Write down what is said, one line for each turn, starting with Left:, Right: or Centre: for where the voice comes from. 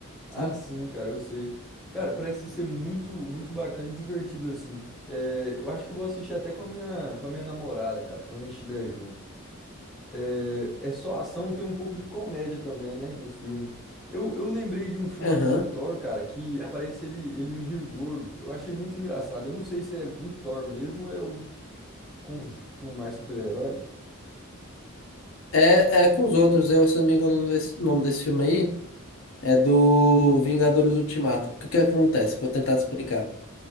Centre: Ah,
Left: sabe?
Centre: sim, cara, eu sei. Cara, parece ser muito, muito bacana e divertido, assim. É, eu acho que eu vou assistir até com a minha, com a minha namorada, cara, quando a gente estiver junto. É, é só ação, tem um pouco de comédia também, né, no filme. Eu, eu lembrei de um filme
Left: Aham.
Centre: aqui do Thor, cara, que aparece ele, ele meio gordo. Eu achei muito engraçado. Eu não sei se é do Thor mesmo ou é o conjunto com mais super-heróis.
Left: É, é com os outros, eu, se eu não me engano, o nome desse o nome desse filme aí. É do Vingadores Ultimato. Porque o que acontece? Vou tentar explicar.